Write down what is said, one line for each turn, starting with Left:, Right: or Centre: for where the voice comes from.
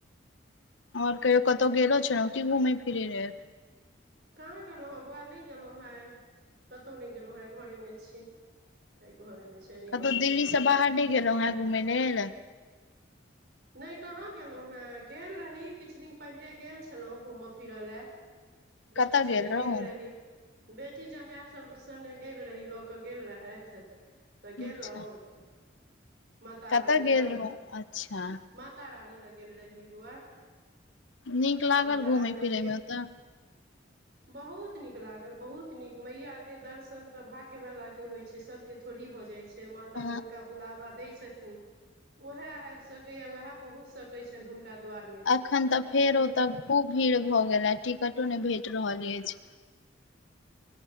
Left: आओर कहियो कतहु गेलो छेलोए घुमय फिरै ल
Right: कहाँ गेलहुँ हैँ बौआ नहि गेलहुँ हेँ कतहु नहि गेलहुँ आइह घरेमे छी तै घरमे छी आइ नहि
Left: कतहु दिल्लीसँ
Right: गेलहुँ हेँ
Left: बाहर नहि गेलहुँ हाँ घूमय लेल
Right: नहि कहाँ गेलहुँ हेँ गेल रही किछु दिन पहिले गेल छलहुँ घूमय फिरय लेल बेटी
Left: कतऽ
Right: सने
Left: रहौं
Right: गेल रही बेट बेटी जमाय सभ सङ्ग गेल रही लऽ कऽ गेल रहथि तऽ गेलहुँ
Left: अच्छा
Right: माता
Left: कतऽ
Right: रानी
Left: गेल
Right: लग
Left: रहौं अच्छा
Right: माता रानी लग गेल रही बौआ
Left: नीक लागल
Right: माता
Left: घूमय
Right: रानी लग
Left: फिरय
Right: गेल
Left: मे ओतऽ
Right: बहुत नीक लागल बहुत नीक मैया के दर्शन तऽ भाग्यवालाक के होइ छै सभ सभकेँ थोड़ी भऽ जाइ छै माता
Left: अ
Right: जिनका बुलावा दै छथिन ओहय आबि सकैए वह पहुँच सकैत छनि हुनका दुआरमे
Left: अखन तऽ फेर
Right: नहि
Left: ओतऽ खूब भीड़ भऽ गेलै टिकटो नहि भेट रहल अछि